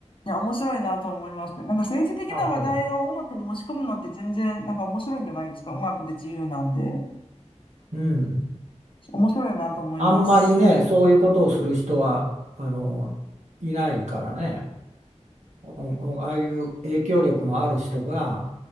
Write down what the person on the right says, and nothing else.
あ、そ
う。うん。
あんまりね、そういうことをする人は、あの、いないからね。うんうん、ああいう影響力のある人が